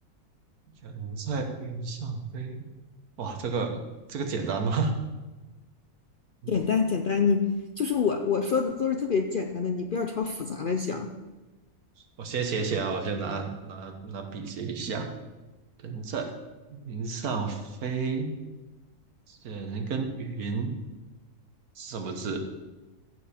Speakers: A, on the right; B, on the left.
A: 人在云上飞，哇，这个这个简单吗？<laughs>
B: 简单简单，你就是我我说的都是特别简单的，你不要朝复杂来想。
A: 我先写写啊，我先拿拿拿笔写一下。人在云上飞，人跟云是什么字？